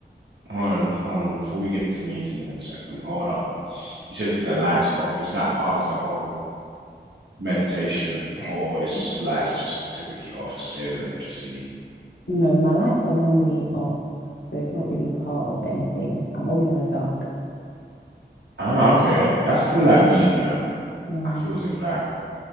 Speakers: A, on the right; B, on the left.
A: Hold on, hold on, before we get to meeting in a second, hold up. You said with the lights off, is that part of the horror? meditation,
B: <laughs>
A: or it's just lights just typically off to save electricity.
B: No, my lights are normally off, so it's not really part of anything. I'm always in the dark.
A: Ah, okay. That's kind
B: Mm.
A: of like me, you know.
B: Yeah.
A: I feel as if like